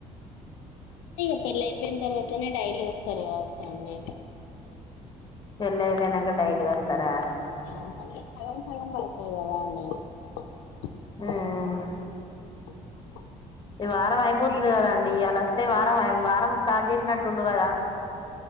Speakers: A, on the left; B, on the left.
A: తిగ పెళ్ళై పొయిన తర్వాతనే డైలీ వస్తారు కావచ్చండి
B: పెళ్ళైయిపోయినాంక డైలీ వస్తారా
A: ఆ మళ్ళీ సగం సగం పడతాయి కదా అండి స్
B: ఉమ్
A: ఆ
B: ఈ వారం అయిపోతుంది కదాండి ఈయల వస్తే వారం స్టార్ట్ చేసినట్టుండు కదా